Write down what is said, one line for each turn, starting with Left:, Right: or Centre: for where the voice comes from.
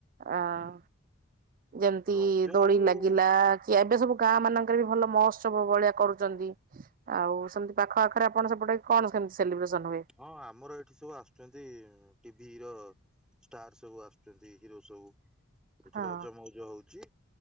Right: ଆଁ ଯେମିତି
Centre: ରଜ
Right: ଦୋଳି
Centre: ଆଉ
Right: ଲାଗିଲା କି ଏବେ ସବୁ ଗାଁ ମାନଙ୍କରେବି ଭଲ ମହୋତ୍ସବ ଭଳିଆ କରୁଚନ୍ତି। ଆଉ ସେମିତି ପାଖ ଆଖରେ ଆପଣ ସେପଟେ କଣ ସେମିତି ସେଲିବ୍ରେସନ ହୁଏ?
Centre: ହଁ ଆମର ଏଠି ସବୁ ଆସୁଚନ୍ତି ଟି ହିରୋ ଷ୍ଟାର୍ ସବୁ ଆସୁଚନ୍ତି ହିରୋ ସବୁ ଏଠି
Right: ହଁ
Centre: ରଜ ମଉଜ ହଉଚି